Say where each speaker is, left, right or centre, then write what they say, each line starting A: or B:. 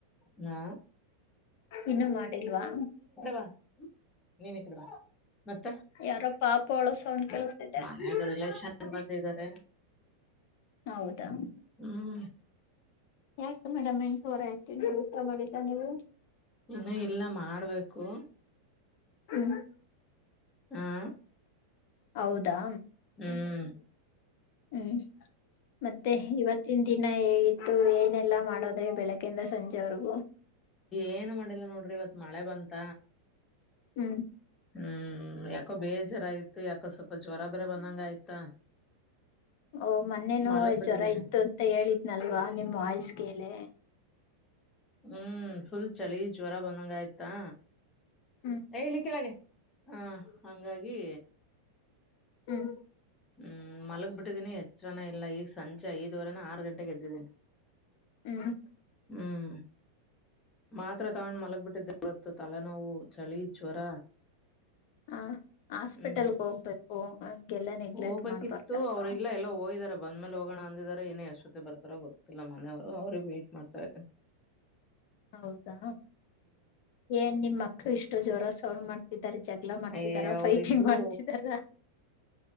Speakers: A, on the left; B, on the left.
A: ಹ್ಮ
B: ಇನ್ನುೂ ಮಾಡಿಲ್ವಾ
A: ಬಾ ನೀನ್ ಇ ಕಡೆ ಬ ಮತ್ತೆ
B: ಯಾರೋ ಪಾಪ ಅಳೋ ಸೌಂಡ್ ಕೇಳಿಸ್ತಿದೆ
A: ಮ ಚ ಬಂದಿದ್ದಾರೆ
B: ಹೌದಾ
A: ಹ್ಮ್
B: ಯಾಕೆ ಮೇಡಮ್ ಎಂಟೂವರ ಆಯ್ತು ನೀವು ಊಟ ಮಾಡಿದ್ದಾ ನೀವು
A: ಇನ್ನು ಇಲ್ಲ ಮಾಡ್ಬೇಕು
B: ಹ್ಮ್
A: ಹಾ
B: ಹೌದಾ
A: ಹ್ಮ್
B: ಹ್ಮ್ ಮತ್ತೆ ಇವತ್ತಿನ ದಿನ ಹೇಗಿತ್ತು ಏನೆಲ್ಲಾ ಮಾಡ ನೋಡೋದ ಬೆಳಗ್ಿಂದ ಸಂಜೆವರೆಗೂ
A: ಏನು ಮಾಡಿಲ್ಲ ನೋಡ್ರಿ ಇವತ್ ಮಳೆ ಬಂತ
B: ಹ್ಮ್
A: ಹ್ಮ್ ಯಾಕೋ ಬೇಜಾರ ಆಗ್ತು ಯಾಕೋ ಸ್ವಲ್ಪ ಜ್ವರ ಬರ ಬಂದಂಗ ಆಯ್ತಾ
B: ಓ ಮೊನ್ನೆನುೂ
A: ಮಲಗ್ ಬಿಟ್ಟಿದ್ದೀನಿ
B: ಜ್ವರ ಇತ್ತು ಅಂತ ಹೇಳಿದ್ನಲ್ವ ನಿಮ್ಮ್ ವಯಸ್ಗೆಲೆ
A: ಹ್ಮ್ ಫುಲ್ ಚಳಿ ಜ್ವರ ಬಂದಂಗ ಆಯ್ತಾ
B: ಹ್ಮ್
A: ಹೇಳಿ ಕೆಳಗೆ ಹಾ ಹಂಗಾಗಿ
B: ಹ್ಮ್
A: ಹ್ಮ್ ಮಲಗ್ ಬಿಟ್ಟಿದ್ದೀನಿ ಎಚ್ಚರನ ಇಲ್ಲ ಈಗ ಸಂಜೆ ಐದುವರೆನ ಆರು ಗಂಟೆಗೆ ದ್ದಿದ್ದೀನಿ
B: ಹ್ಮ್
A: ಹ್ಮ್ ಮಾತ್ರ ತಗೊಂಡ್ ಮಲಗ್ ಬಿಟ್ಟಿದ್ದೆ ತ್ತು ತಲೆನೋವು ಚಳಿ ಜ್ವರ
B: ಹ ಹಾಸ್ಪಿಟಲ್ಗೆ
A: ಹ್ಮ್
B: ಹೋಗ್ಬೇಕು ನೆಗ್ಲೆಕ್ಟ್
A: ಹೋಗ್ಬೇಕಿತ್ತು
B: ಮಾಡ್ಬಾರ್ದಲ್ವಾ
A: ಅವ್ರಲ್ಲ ಎಲ್ಲ ಹೋಗಿದಾರ ಬಂದ್ ಮೇಲೆ ಹೋಗೋಣ ಅಂದಿದಿದ್ದಾರೆ ಏನೇ ಎಷ್ಟೊತ್ತತೆ ಬರ್ತಾರೋ ಗೊತ್ತಿಲ್ಲ ಮನೆಯವ್ರು ಅವ್ರ ವೈಟ್ ಮಾಡ್ತಾ ಇದನಿ
B: ಹೌದಾ ಏನ್ ನಿಮ್ ಮಕ್ಳು ಇಷ್ಟು ಜ್ವರ ಸಳ್ ಮಾಡ್ತಿದ್ ಾರ ಜಗಳ ಮಾಡ್ತಿದಾರ
A: ಏ ಅವ್ರಿಬ್ರು
B: ಫೈಟಿಂಗ್ ಮಾಡ್ತಿದಾರ